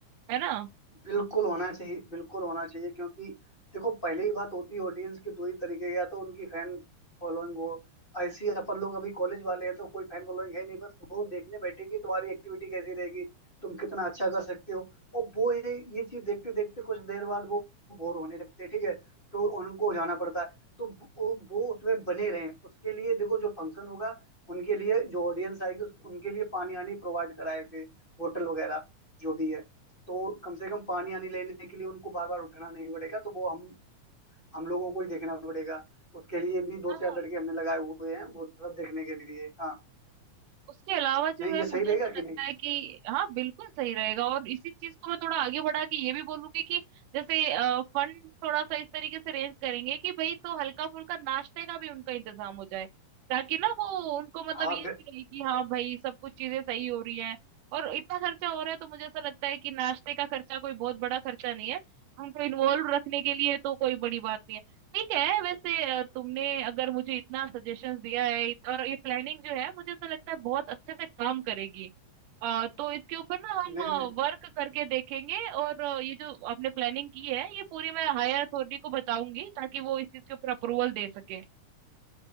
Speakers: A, on the right (about 80°); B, on the left (about 20°).
A: है ना
B: बिल्कुल होना चाहिए बिल्कुल होना चाहिए क्योंकि देखो पहले ही बात होती है ऑडियंस के दो ही तरीके या तो उनकी फैन फॉलोइंग हो ऐसी अपन लोग अभी कॉलेज वाले हैं तो कोई फैन फॉलोइंग है नहीं बस वो देखने बैठे कि तुम्हारी एक्टिविटी कैसी रहेगी तुम कितना अच्छा कर सकते हो और वो ये ये चीज देखते देखते कुछ देर बाद वो बोर होने लगते हैं ठीक है तो उनको जाना पड़ता है तो वो वो उसमें बने रहें उसके लिए देखो जो फंक्शन होगा उनके लिए जो ऑडियंस आएगी उस- उनके लिए पानी आनी प्रोवाइड कराएंगे होटल वगैरह जो भी है तो कम से कम पानी आने लेने के लिए उनको बार बार उठना नहीं पड़ेगा तो वो हम हम लोगों को ही देखना पड़ेगा उसके लिए भी दो
A: हाँ
B: चार लड़के हमने लगाए हुए हैं वो सब देखने के लिए हाँ
A: उसके अलावा जो
B: नहीं
A: है
B: ये सही
A: मुझे
B: रहेगा
A: ऐसा लगता
B: कि नहीं
A: है कि हाँ बिल्कुल सही रहेगा और इसी चीज को मैं थोड़ा आगे बढ़ा के ये भी बोलूंगी कि जैसे फंड थोड़ा सा इस तरीके से रेंज करेंगे कि भाई तो हल्का फुल्का नाश्ते का भी उनका इंतजाम हो जाए ताकि ना वो उनको मतलब
B: हाँ
A: ये
B: बि-
A: भी रहे कि हाँ भाई सब कुछ चीजें सही हो रही है और इतना खर्चा हो रहा है तो मुझे ऐसा लगता है कि नाश्ते का खर्चा कोई बहुत बड़ा खर्चा नहीं है उनको इन्वॉल्व रखने के लिए तो कोई बड़ी बात नहीं है ठीक है वैसे अ, तुमने अगर मुझे इतना सजेशंस दिया है इत- और ये प्लानिंग जो है मुझे ऐसा लगता है बहुत अच्छे से काम करेगी अ, तो इसके ऊपर ना हम
B: नहीं नहीं,
A: वर्क करके देखेंगे और अ, ये जो आपने प्लानिंग की है ये पूरी मैं हायर अथॉरिटी को बताऊंगी ताकि वो इस चीज के ऊपर अप्रूवल दे सके